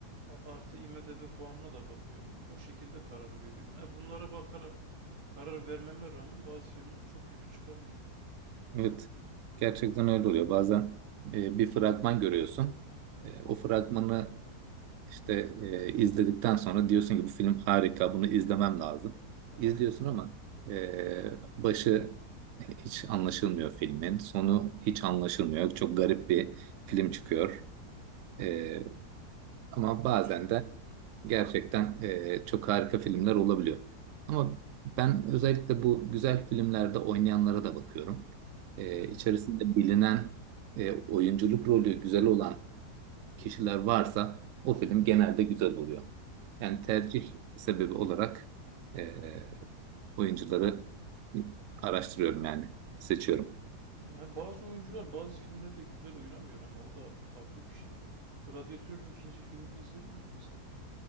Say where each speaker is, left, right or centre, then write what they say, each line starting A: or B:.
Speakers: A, on the right (about 50°); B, on the right (about 70°).
A: A- Artı IMDb puanına da bakıyorum. O şekilde kararı veriyorum. E bunlara bakarak karar vermeme rağmen bazı filmler çok kötü çıkabiliyor.
B: Evet, gerçekten öyle oluyor. Bazen e, bir fragman görüyorsun. E, o fragmanı İşte e, izledikten sonra diyorsun ki bu film harika, bunu izlemem
A: <laughs>
B: lazım.
A: Evet.
B: İzliyorsun ama e, başı hiç anlaşılmıyor filmin, sonu hiç anlaşılmıyor. Çok garip bir film çıkıyor. E, ama
A: Konu,
B: bazen de gerçekten e, çok harika filmler olabiliyor. Ama ben özellikle bu güzel filmlerde oynayanlara da bakıyorum. E,
A: evet.
B: içerisinde bilinen e, oyunculuk rolü güzel olan kişiler varsa o film genelde güzel oluyor. Yani tercih sebebi olarak eee, oyuncuları araştırıyorum yani seçiyorum.
A: Ya, ya bazı oyuncular bazı filmleri de güzel oynamıyor ama o da farklı bir şey ya. Gladiatör'ün ikinci filmini izledin mi mesela?